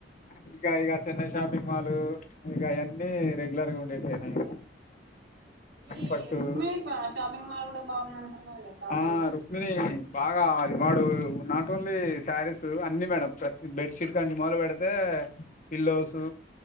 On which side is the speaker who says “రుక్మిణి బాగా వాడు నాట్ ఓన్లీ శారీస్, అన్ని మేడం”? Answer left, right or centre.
Left